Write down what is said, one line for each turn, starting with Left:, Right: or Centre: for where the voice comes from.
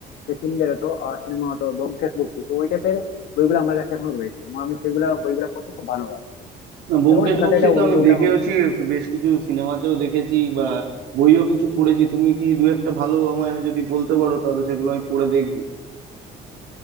Left: যে ফিল্ম বেরোতো সিনেমা হতো ব্যোমকেশ বক্সী তো ওই টাইপের বইগুলো আমার কাছে এখনো রয়েছে এবং আমি সেগুলো বইগুলো পড়তে খুব ভালোবাসি
Right: না ব্যোমকেশ
Left: কারণ সেখানে
Right: বক্সী
Left: একটা
Right: তো
Left: অন্যরকম
Right: আমি
Left: একটা
Right: দেখেওছি
Left: অনুভূতি
Right: বেশ কিছু সিনেমাতেও দেখেছি বা বইও কিছু পড়েছি তুমি কি দু একটা ভালো আমায় যদি বলতে পারো তাহলে সেগুলো আমি পড়ে দেখবো